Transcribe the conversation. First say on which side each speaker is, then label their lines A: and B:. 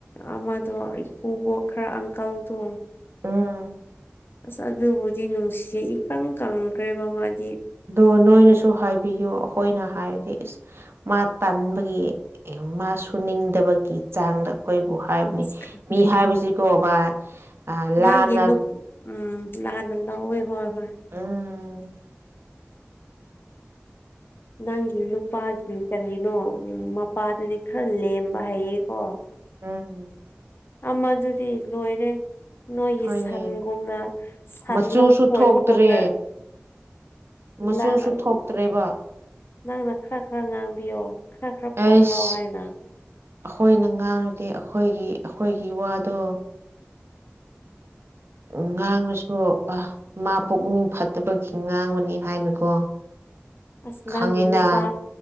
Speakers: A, on the left; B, on the right.
A: ꯑꯃꯗꯣ ꯏꯀꯨꯕꯣꯛ ꯈꯔ ꯑꯪꯀꯜꯗꯣ
B: ꯎꯝ
A: ꯑꯁ ꯑꯗꯨꯕꯨꯗꯤ ꯅꯨꯡꯁꯤ ꯏꯀꯪ ꯀꯪꯈ꯭ꯔꯦꯕ ꯃꯥꯗꯤ
B: ꯑꯗꯣ ꯅꯣꯏꯅꯁꯨ ꯍꯥꯏꯕꯤꯌꯨ ꯑꯩꯈꯣꯏꯅ ꯍꯥꯏꯔꯗꯤ ꯏꯁ ꯃꯥ ꯇꯟꯟꯕꯒꯤ ꯃꯥ ꯁꯨꯨꯅꯤꯡꯗꯕꯒꯤ ꯆꯥꯡꯗ ꯑꯩꯈꯣꯏꯕꯨ ꯍꯥꯏꯕꯅꯤ
A: ꯑꯁ
B: ꯃꯤ ꯍꯥꯏꯕꯁꯤꯀꯣ ꯃꯥ ꯂꯥꯟꯅ
A: ꯅꯪꯒꯤ ꯅꯨꯞ ꯎꯝ ꯂꯥꯟꯅ ꯂꯧꯑꯦ ꯍꯣꯏ ꯍꯣꯏ
B: ꯎꯝ
A: ꯅꯪꯒꯤ ꯅꯨꯄꯥꯒꯤ ꯀꯔꯤꯅꯣ ꯃꯄꯥꯗꯨꯗꯤ ꯈꯔ ꯂꯦꯝꯕ ꯍꯩꯌꯦꯀꯣ
B: ꯎꯝ
A: ꯑꯃꯗꯨꯗꯤ ꯂꯣꯏꯔꯦ ꯅꯣꯏꯒꯤ
B: ꯍꯣꯏꯅꯦ
A: ꯁꯟꯒꯨꯝꯅ ꯁꯟ
B: ꯃꯆꯨꯁꯨ
A: ꯂꯧ ꯈꯣꯏꯕꯒꯨꯝꯅ
B: ꯊꯣꯛꯇ꯭ꯔꯦ ꯃꯆꯨꯁꯨ
A: ꯂ <unintelligible>
B: ꯊꯣꯛꯇ꯭ꯔꯦꯕ
A: ꯅꯪꯅ ꯈꯔ ꯈꯔ ꯉꯥꯡꯕꯤꯌꯣ ꯈꯔ ꯈꯔ ꯄꯣꯊꯥꯎ
B: ꯑꯩꯁ
A: ꯍꯥꯏꯅ
B: ꯑꯩꯈꯣꯏꯅ ꯉꯥꯡꯔꯗꯤ ꯑꯩꯈꯣꯏꯒꯤ ꯑꯩꯈꯣꯏꯒꯤ ꯋꯥꯗꯣ ꯎ ꯉꯥꯡꯉꯁꯨ ꯑ ꯃꯥ ꯄꯨꯛꯅꯤꯡ ꯐꯠꯇꯕꯒꯤ ꯉꯥꯡꯕꯅꯤ ꯍꯥꯏꯅꯀꯣ
A: ꯑꯁ
B: ꯈꯉꯤꯅ
A: ꯅꯪꯒꯤ ꯅꯨꯄꯥ